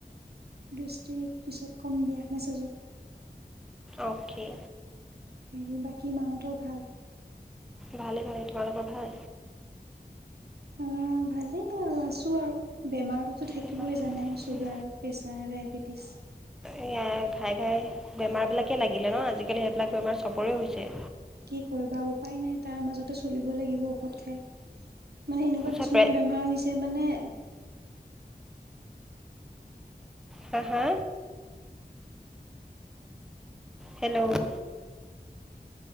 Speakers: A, on the right; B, in the centre.
A: ডিষ্ট্ৰিক্ট পিছত কম দিয়া মেছেজত
B: অকে
A: হেৰি বাকী মাহতৰ ভাল
B: ভালে ভালে তোমালোকৰ ভাল
A: উম ভালে আৰু আছো তোৰ আৰু বেমাৰটোতো থাকিবই
B: বেমাৰটোতো
A: জানাই
B: থাকিবই
A: চুগাৰৰ প্ৰেছাৰ ডায়েবেটিছ
B: এ খাই খাই বেমাৰ বিলাকে লাগিলে ন আজিকালি সেইবিলাক বেমাৰ চবৰে হৈছে
A: কি কৰিবা উপায় নাই তাৰ মাজতে চলিব লাগিব ঔষধ খাই মানে সেনেকোৱা
B: চব
A: কিছুমান বেমাৰ হৈছে মানে
B: হা হা হেল্ল'